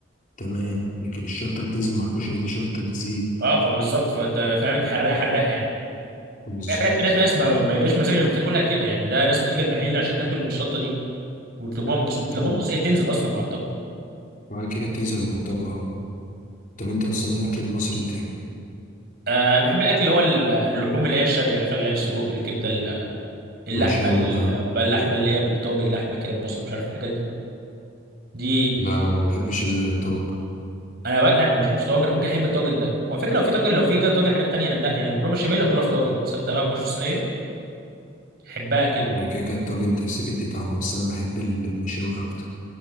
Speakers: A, on the left (about 40°); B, on the right (about 50°).
A: تمام لكن الشطة اللي بتنزل مع الكشري دي شطة زيت
B: اه فبالظبط فانت فاهم انت حراقه حراقه يعني
A: بالظبط
B: في حاجات- في ناس في ناس ما, ما يجاش مزاجها غير بتاكلها كده يعني ده ناس بتيجي المحل عشان تاكل الشطه دي ويطلبوها مخصوص بيطلبوها
A: طب انت-
B: مخصوص هي تنزل اصلا مع الطبق
A: بعد كده بتنزل مع الطبق أهو. طب انت اصلا ايه اكل المصري بتحبه
B: آه انا بحب الاكل اللي هو ال- اللحوم اللي هي الشرقي عارفها اللي هي السجق الكبده ال- اللحمه
A: مشاوي
B: ال-
A: بقى
B: بقى اللحمه اللي هي بالطاجن اللحمه كده ببصل مش عارف الحاجات دي دي
A: لا انا ما بحبش الطواجن
B: انا بقى لا، انا ما بحبش طاجن أنا ممكن احب الطاجن ده وعلى فكره لو في طاجن لو في جا- طاجن حاجات تانيه انا لا يعني مكرونه بشاميل اكلها في طاجن تصدق بقى ما اكلش في صينيه احبها كده
A: يعني كده كده الطاجن تحس بيدي طعم بس انا بحب المشاوي اكتر